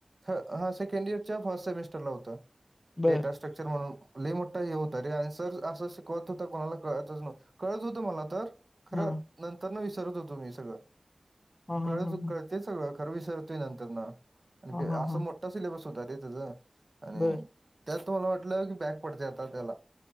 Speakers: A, on the right; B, on the left.
A: हा सेकंड इयरच्या फर्स्ट सेमिस्ट स्टरला होतं‌.
B: बर
A: डेटा स्ट्रक <unintelligible> म्हणून लय मोठा हे होत रे आणि सर असं शिकवत होतं कुणाला कळतच नव्ह् कळत होत मला तर खरं
B: हा
A: नंतर न विसरत होतो मी सगळं.
B: हा
A: कळत
B: हा हा
A: कळ् ते सगळं खरं विसरतंय नंतरन आणि
B: हा हा
A: असा
B: हा
A: मोठा सिलॅबस होता रे त्याचं आणि
B: बर
A: त्यात तर् मला वाटलं की बॅक पडते आता त्याला.